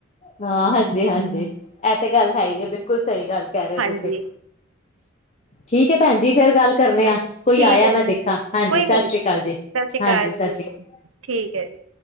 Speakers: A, on the left; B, on the right.
A: ਹਾਂ, ਹਾਂਜੀ-ਹਾਂਜੀ ਇਹ ਤੇ ਗੱਲ ਹੈ ਈ ਐ, ਬਿਲਕੁਲ ਸਈ ਗੱਲ ਕਹਿ ਰਹੇ ਓ
B: ਹਾਂਜੀ
A: ਤੁਸੀਂ। ਠੀਕ ਏ ਭੈਣ ਜੀ ਫੇਰ ਗੱਲ ਕਰਨੇ
B: ਚਲੋ
A: ਆ। ਕੋਈ
B: ਠੀਕ
A: ਆਇਆ
B: ਹੈ
A: ਮੈਂ
B: ਜੀ
A: ਦੇਖਾ, ਹਾਂਜੀ,
B: ਕੋਈ
A: ਸਤਿ
B: ਗੱਲ
A: ਸ੍ਰੀ
B: ਨਹੀਂ
A: ਅਕਾਲ
B: ਕੋਈ ਨੀ।
A: ਜੀ।
B: ਸਤਿ ਸ਼੍ਰੀ ਅਕਾਲ
A: ਹਾਂਜੀ ਸਤਿ
B: ਜੀ
A: ਸ੍ਰੀ ਅਕਾਲ।
B: ਠੀਕ ਹੈ ਜੀ।